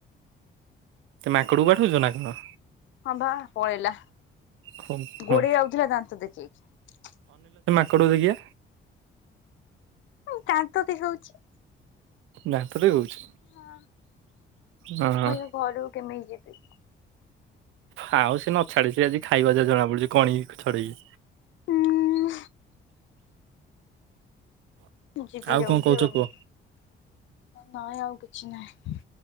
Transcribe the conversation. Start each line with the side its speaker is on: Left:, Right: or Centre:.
Right: ତମେ ମାଙ୍କଡକୁ ବାଡୋଉଛ ନା କଣ?
Left: ହଁ ବା ପଳେଇଲା
Right: ହଁ ହଁ
Left: ଗୋଡେଇ ଆଉଥିଲା ଦାନ୍ତ ଦେଖେଇକି
Right: ଙ୍କଡକୁ ଦେଖିଆ
Left: ମୁଁ କାନ୍ତ ବି ହଉଛି
Right: ଦାନ୍ତ ଦେଖୋଉଚି?
Left: ହ
Right: ହଁ
Left: ମୁଁ ଏ ଘରୁକୁ କେମିତି ଯିବି?
Right: ଆଉ ସେ ନ ଛାଡେ ସେ ଆଜି ଖାଇବ ଯାହା ଜଣା ପଡୁଛି କଣିକି ଛଡେଇକି।
Left: ହୁଁ। ଯିବି
Right: ଆଉ
Left: ଯାଉଛି
Right: କଣ କହୁଛ
Left: ଆଉ
Right: କୁହ?
Left: ନାଇଁ ଆଉ କିଛି ନାହିଁ।